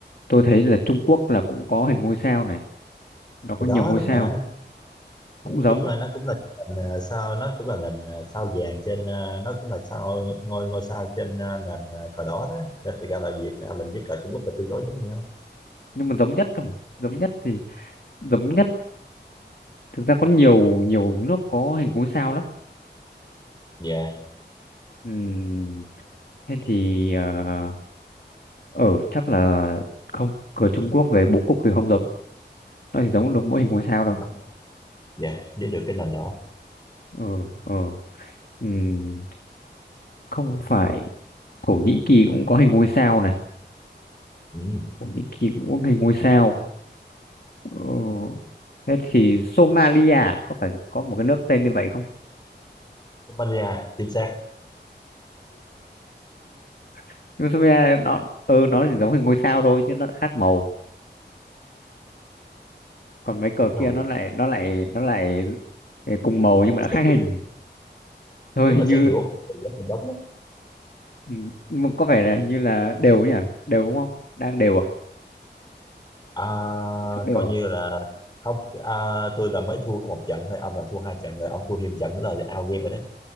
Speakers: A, on the left; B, on the left.
A: tôi thấy là Trung Quốc là cũng có hình ngôi sao này nó có
B: thì
A: nhiều
B: đó
A: ngôi
B: đúng
A: sao
B: mà nhưng
A: cũng giống
B: mà nó cũng là cái nền à, sao nó cũng là nền à, sao vàng trên à, nó cũng là sao ngôi ngôi sao trên à, nền à, cờ đỏ đó Nên thì ra là Việt Nam mình với cờ Trung Quốc là tương đối giống nhau
A: nhưng mà giống nhất cơ mà giống nhất thì giống nhất thực ra có nhiều nhiều nước có hình ngôi sao lắm
B: dạ
A: Ừm, thế thì uh, ở chắc là không cờ Trung Quốc về bố cục thì không giống nó chỉ giống được mỗi hình ngôi sao đâu
B: đúng dạ biết được cái nền đó
A: ừ ừ Ừm, không phải Thổ Nhĩ Kỳ cũng có hình ngôi sao này
B: ừ.
A: Thổ Nhĩ Kỳ cũng có hình ngôi sao ừ. thế thì Somalia à? có phải có một cái nước tên như vậy không
B: Tây Ban Nha chính xác
A: <laughs> nhưng Somalia nó ừ nó chỉ giống hình ngôi sao thôi chứ nó lại khác màu còn mấy cờ
B: rồi
A: kia nó lại nó lại nó lại cùng màu nhưng mà đã
B: Xét
A: khác hình
B: nghiệm-
A: thôi
B: nếu
A: hình
B: mà xét
A: như
B: hiểu thì giá thành đóng á.
A: Ừ, nhưng mà có vẻ là hình như là đều nhỉ đều đúng không đang đều à
B: à,
A: Tỷ số đều
B: coi
A: à
B: như là không à, tôi là mới thua có một trận thôi ông là thua hai trận rồi ông thua thêm trận nữa là out game rồi đó